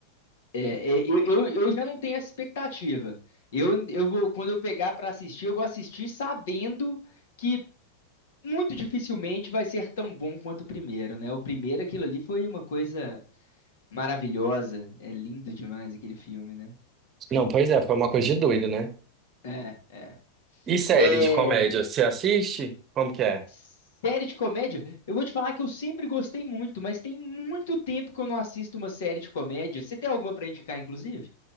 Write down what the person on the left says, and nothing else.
É, é, eu, eu, eu já não tenho essa expectativa. Eu, eu vou, quando eu pegar pra assistir, eu vou assistir sabendo que muito dificilmente vai ser tão bom quanto o primeiro, né? O primeiro, aquilo ali foi uma coisa maravilhosa. É lindo demais aquele filme, né?
É, é.
É,
Série de comédia, eu vou te falar que eu sempre gostei muito, mas tem muito tempo que eu não assisto uma série de comédia. Você tem alguma pra indicar, inclusive?